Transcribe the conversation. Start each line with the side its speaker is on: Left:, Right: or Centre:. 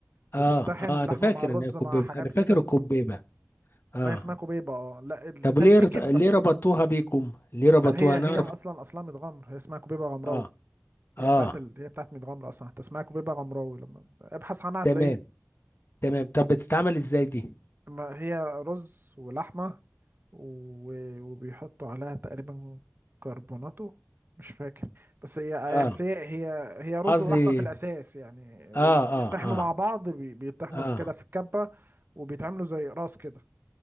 Left: اه
Right: بتطحن
Left: اه
Right: لحمه
Left: انا فاكر
Right: مع الرز
Left: ان هي كوبيبه
Right: مع حاجات
Left: انا فاكر
Right: كده
Left: الكوبيبه اه
Right: ما هي اسمها كوبيبه اه لا التاني
Left: طب ليه
Right: في
Left: رت-
Right: كبه
Left: ليه ربطوها بيكم ليه ربطوها
Right: لا هي
Left: نعرف
Right: هي اصلا اصلا ميت غمر هي اسمها كوبيبه غمراوي
Left: اه
Right: هي
Left: اه
Right: بتاعت ال... هي بتاعت ميت غمر اصلا حتى اسمها كبيبه غمراوي لما ابحث عنها
Left: تمام
Right: هتلاقيه
Left: تمام طب بتتعمل ازاي دي
Right: ما هي رز ولحمه و... وبيحطوا عليها تقريبا كربوناتو مش فاكر بس هي
Left: اه
Right: هي- بس هي هي هي رز
Left: قصدي
Right: ولحمه في الاساس يعني وبيطحنوا
Left: اه اه اه
Right: مع بعض بي... بيطحنوا
Left: اه
Right: في كده في الكبه وبيتعملوا زي راس كده